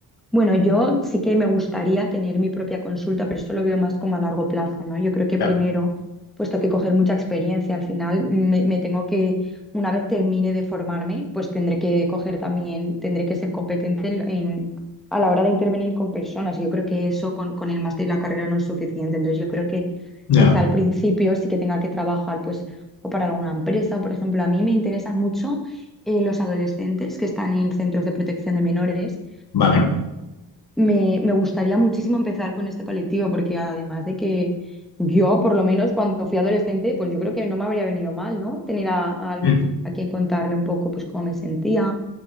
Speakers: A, in the centre; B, on the left.
A: Bueno, yo sí que me gustaría tener mi propia consulta, pero eso lo veo más como a largo plazo, ¿no? Yo creo que
B: Ya,
A: primero, puesto que coger mucha experiencia, al final me, me tengo que, una vez termine de formarme, pues tendré que coger también, tendré que ser competente en, en- a la hora de intervenir con personas. Yo creo que eso con, con el máster y la carrera no es suficiente. Entonces yo creo que
B: ya.
A: quizá al principio sí que tenga que trabajar, pues, o para alguna empresa, o, por ejemplo, a mí me interesan mucho eh, los adolescentes que están en centros de protección de menores
B: Vale.
A: me, me gustaría muchísimo empezar con este colectivo porque además de que yo, por lo menos cuando fui adolescente, pues yo creo que no me habría venido mal, ¿no? Tener a, a alguien
B: Mm,
A: a quien contarle un poco pues cómo me sentía